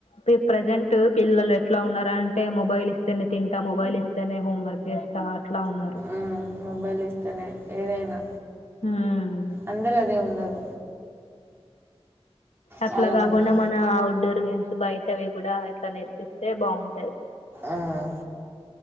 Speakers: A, on the left (about 90°); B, on the right (about 20°).
A: పె ప్రజెంట్ పిల్లలు ఎట్లా ఉన్నారంటే, మొబైల్ ఇస్తేనే తింటా. మొబైల్ ఇస్తేనే హోంవర్క్ చేస్తా. అట్లా ఉన్నారు
B: మ్ మొబైల్ ఇస్తేనే ఏదైనా!
A: మ్మ్
B: అందరు అదే ఉన్నరు.
A: అట్లా
B: చాలా
A: కాకుండా
B: మంది
A: మన ఔట్డోర్ గేమ్స్ బయ్ టవి గూడా ఇట్ల నేర్పిస్తే బాగుంటది.
B: ఆఁ